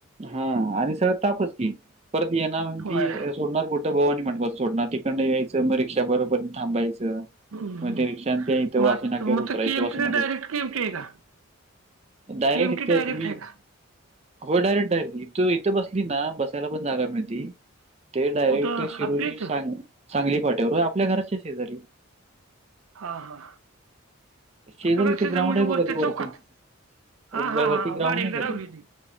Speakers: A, on the right; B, on the right.
A: हा, आणि सगळं तापच की, परत ये ना म्हं
B: होय
A: कि. सोडणार कुठं, भाऊ मांडवात सोडणार, तिकडं यायचं, मग रिक्षा भरेपर्यंत थांबायचं.
B: हम्म.
A: मग ते रिक्षा ते इथं वाशीिनाक्यावर
B: मग आत- मग
A: उतरायचं
B: तर केएमटी
A: वाशीिनाक्या.
B: डायरेक्ट केएमटी आहे का
A: डायरेक्ट
B: केएमटी
A: इथं
B: डायरेक्ट
A: तुम्ही.
B: आहे का
A: हो डायरेक्ट डायरेक्ट इथ इथं बसली ना बसायला पण जागा मिळती. ते डायरेक्ट
B: कुठं
A: शिरोली
B: आपल्या इथं
A: सांग सांगली पाट्यावर आपल्या घराच्या शेजारी.
B: हा हा
A: शेजारी
B: आपल्याक असे
A: ते ग्राउंड
B: तर म्हणजे
A: आहे बघा
B: वर त्या
A: ते वरती.
B: चौकात. हा
A: वरती
B: हा हा
A: ग्राउंड
B: गाडी एक
A: नाही
B: तर
A: का
B: लावली
A: ते?
B: ती.